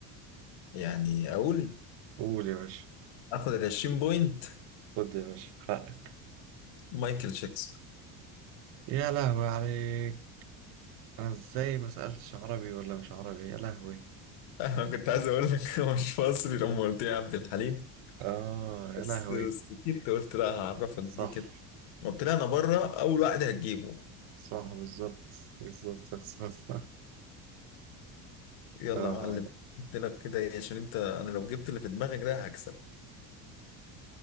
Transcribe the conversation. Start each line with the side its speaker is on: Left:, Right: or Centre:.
Left: يعني اقول
Right: قول يا باشا
Left: اخد ال 20 بوينت
Right: خد يا باشا حقك
Left: مايكل جاكسون
Right: يا لهوي عليك انا ازاي ما سألتش عربي ولا مش عربي يا لهوي
Left: <laughs> انا كنت عايز اقول لك هو مش مصري لما قلت لي عبد الحليم
Right: اه يا
Left: بس
Right: لهوي
Left: سكتت قلت لا هعرفك
Right: صح
Left: بيه كده قلت لي انا بره اول واحد هتجيبه
Right: صح بالظبط بالظبط صح.
Left: يلا
Right: <laughs> اه
Left: يا معلم قلت لك كده إيه، عشان انت انا لو جبت اللي في دماغك ده هكسب